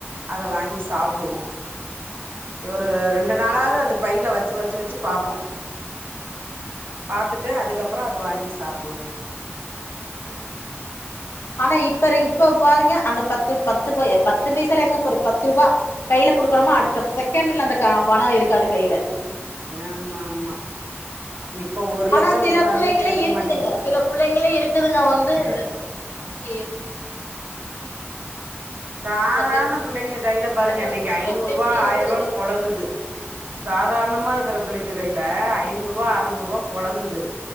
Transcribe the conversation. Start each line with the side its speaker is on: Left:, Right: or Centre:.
Right: அத வாங்கி சாப்டுவோம் ஒரு ரெண்டு நாளாவது அது பையில வச்சு வச்சு வச்சு பாப்போம் பாத்துட்டு அதுக்கப்புறம் அத வாங்கி சாப்டுவோம்
Left: உம் ஆனா இப்பரு இப்ப பாருங்க அந்த பத்து பத்து பத்து பைசாலா எங்க போறது பத்ருபா கையில குடுக்குறோமா அடுத்த
Right: ம்
Left: செகண்ட்ல அந்தக் கா பணம் இருக்காது கையில
Right: ஆமா ஆமா இப்ப ஒரு
Left: ஆனா
Right: லட்சோ
Left: சில
Right: குடுத்தாலுமே
Left: புள்ளைங்களே
Right: இருக்க
Left: இருக்குதுங்க
Right: மாட்டேங்குது
Left: சில புள்ளைங்களே இருக்குதுங்க வந்து இந்த மாரி
Right: சாதாரண
Left: தெரிஞ்சுக்கிட்டு
Right: புள்ளைங்க கையில பாருங்க
Left: நடக்கறதுக்கு
Right: இன்னிக்கு
Left: சில
Right: ஐநூறு
Left: பிள்ளைங்களு
Right: ரூவா ஆயிர
Left: இருக்குதுங்க
Right: ரூவான்னு பொழங்குது சாதாரணமா இருக்குற புள்ளைங்க கையில இல்ல ஐந்நூரூவா அறநூரூவா பொழங்குது